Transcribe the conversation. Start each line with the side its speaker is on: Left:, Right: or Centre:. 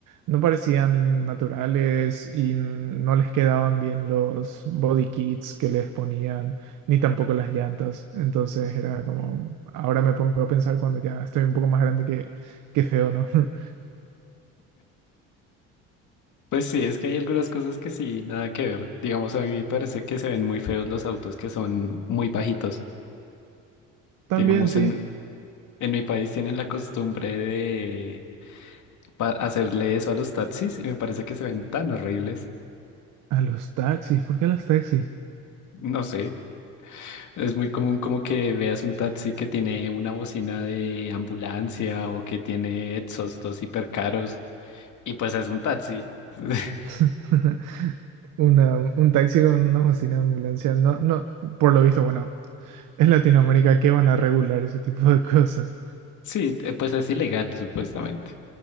Right: no parecían naturales y no les quedaban bien los body kits que les ponían, ni tampoco las llantas. Entonces era como, ahora me pongo a pensar cuando ya estoy un poco más grande que, que feo, ¿no? <laughs>
Left: Pues sí, es que hay algunas cosas que sí, nada que ver. Digamos, a mí me parece que se ven muy feos los autos que son muy bajitos.
Right: También
Left: Digamos,
Right: sí,
Left: en, en mi país tienen la costumbre de pa- hacerle eso a los taxis y me parece que se ven tan horribles.
Right: a los taxis, ¿por qué a los taxis?
Left: No sé. Es muy común como que veas un taxi que tiene una bocina de ambulancia o que tiene exhaustos hiper caros y pues es un taxi. <laughs>
Right: <laughs> Una, un taxi con una bocina de ambulancia. No, no, por lo visto, bueno, es Latinoamérica que van a regular ese tipo de cosas.
Left: Sí, eh, pues es ilegal supuestamente,